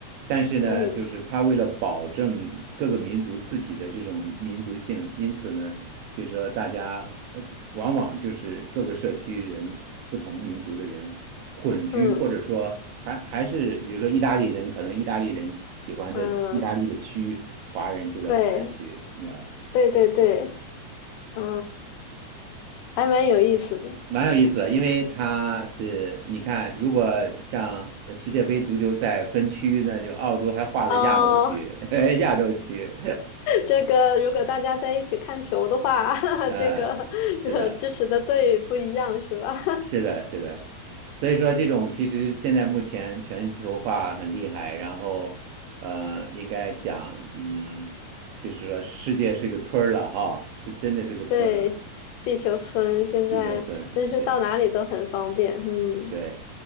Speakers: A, on the right (about 80°); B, on the left (about 85°).
A: 但是呢，
B: 嗯
A: 就是他为了保证各个民族自己的这种民族性，因此呢，就是说大家呃往往就是各个社区人不同民族的人混居，
B: 嗯
A: 或者说他还是比如说意大利人，可能意大利人喜欢的意大利的区，
B: 嗯，
A: 华人住在华人区，
B: 对
A: 你知道
B: 对对对，啊，还蛮有意思的
A: 蛮有意思的，因为他是你看，如果像世界杯足球赛分区，那就澳洲还划在亚洲区、
B: 哦。
A: <laughs> 亚洲区，
B: 这个如果大家在一起看球的话，<laughs>
A: 啊，
B: 这个呃支持的队不一样是吧？
A: 是的，
B: <laughs>
A: 是的，是的。所以说，这种其实现在目前全球化很厉害，然后，呃，应该讲，嗯，就是说世界是个村儿了哈，是真的是个村儿了，
B: 对，地球村现在真是到哪里都很方便。
A: 地球村，对
B: 嗯，
A: 对。